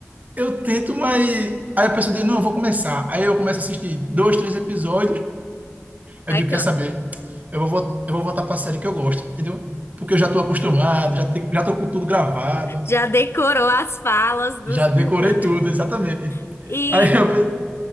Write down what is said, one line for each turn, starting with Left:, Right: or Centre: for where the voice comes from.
Right: Eu tento, mas aí a pessoa diz, não, eu vou começar. Aí eu começo a assistir dois, três episódios, eu
Left: Aí
Right: digo, quer saber? Eu vou, vol- eu vou voltar para a série que eu gosto, entendeu? Porque eu já estou acostumado, já, te, já tô com tudo gravado,
Left: Já decorou as falas dos
Right: já decorei
Left: personagens.
Right: tudo, exatamente.
Left: E
Right: Aí eu, pe-